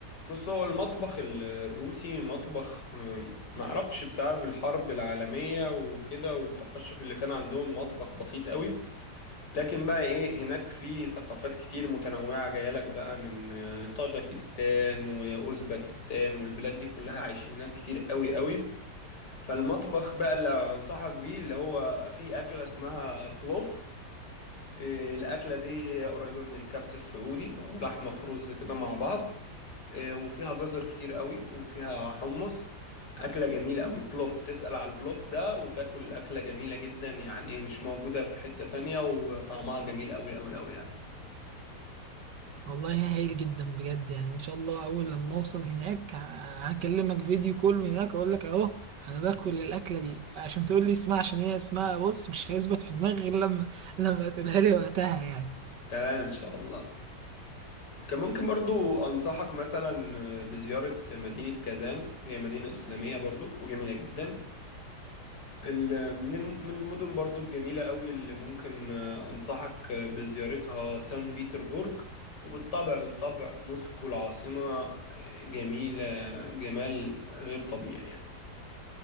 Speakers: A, on the left; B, on the right.
A: بص هو المطبخ ال- الروسي مطبخ آم، معرفش بسبب الحرب العالمية وكده والتقشف اللي كان عندهم مطبخ بسيط قوي لكن بقى ايه هناك في ثقافات كتير متنوعة جايلك بقى من آه، طاجكستان وأوزبكستان والبلاد دي كلها عايشين هناك كتير قوي قوي فالمطبخ بقى اللي انصحك بيه اللي هو في أكلة اسمها بلوف آه، الأكلة دي هي قريبة من الكبسة السعودي ولحمة في رز كده مع بعض آه، وفيها جزر كتير قوي وفيها حمص أكلة جميلة قوي بلوف تسأل على البلوف ده وتاكل أكلة جميلة جدا يعني مش موجودة في حتة تانية وطعمها جميل قوي قوي قوي يعني
B: والله هايل جدا بجد يعني ان شاء الله اول لما اوصل هناك ه- هكلمك فيديو كول من هناك اقول لك اهو انا باكل الاكله دي عشان تقول لي اسمها عشان هي اسمها بص مش هيثبت في دماغي غير لما <laughs> لما تقولها لي وقتها يعني
A: تمام إن شاء الله كان ممكن برضو أنصحك مثلا بزيارة مدينة كازان هي مدينة إسلامية برضو وجميلة جدا ال- من الم- من المدن برضو الجميلة قوي اللي ممكن آه، أنصحك آه، بزيارتها سان بيتربورج وبالطبع بالطبع موسكو العاصمة آه، جميلة جمال غير طبيعي يعني